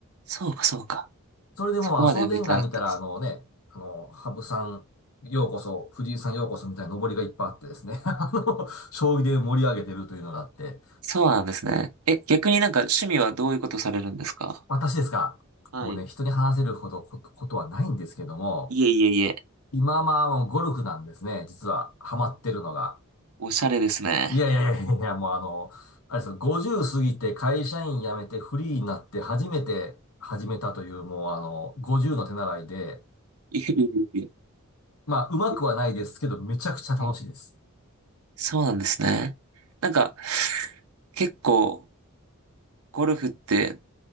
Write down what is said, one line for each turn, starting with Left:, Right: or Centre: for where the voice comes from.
Right: そうか、そうか。
Left: それでもう、
Right: そこまで見てなかったです。
Left: あの、商店街見たら、あのね、あの、羽生さん、ようこそ、藤井さんようこそみたいな上りがいっぱいあってですね、<laughs> あの、将棋で盛り上げてるというのがあって、
Right: そうなんですね。え、逆になんか趣味はどういうことされるんですか
Left: 私ですか、
Right: はい。
Left: もうね、人に話せるほどこ、ことはないんですけども、
Right: いえいえいえ。
Left: 今まあ、もうゴルフなんですね、実は、ハマってるのが。
Right: おしゃれですね。
Left: いやいやいやいやいや、もうあの、あれですよ、50過ぎて会社員辞めてフリーになって初めて始めたという、もうあの、50の手習いで、
Right: いえいえいえ
Left: まあ、うまくはないですけど、
Right: いえ。
Left: めちゃくちゃ楽しいです。
Right: はい。そうなんですね。なんか、結構、ゴルフって、